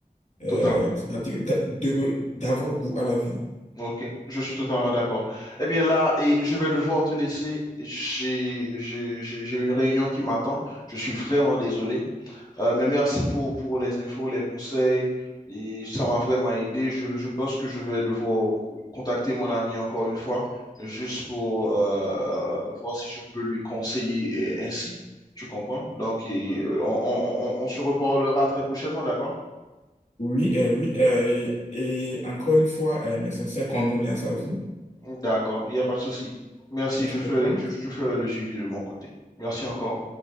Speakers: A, on the left; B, on the left.
A: euh,
B: totalement.
A: c'est-à-dire d'a- de re- d'avoir goût à la vie.
B: Ok, je suis totalement d'accord. Eh bien là, et je vais devoir te laisser. J'ai, j'ai, j'ai j'ai une réunion qui m'attend. Je suis vraiment désolé. Euh, mais merci pour, pour les infos, les conseils. Et ça m'a vraiment aidé. Je, je pense que je vais devoir co- contacter mon ami encore une fois, juste pour euh, voir si je peux lui conseiller et ainsi. Tu comprends? Donc, et, euh, on, on on- on se reparlera très prochainement, d'accord?
A: Oui, et oui, euh, et, et encore une fois, euh, mes sincères condoléances à vous.
B: D'accord, il n'y a pas de souci. Merci,
A: Merci,
B: je ferai,
A: au revoir.
B: je, je ferai le suivi de mon côté. Merci encore.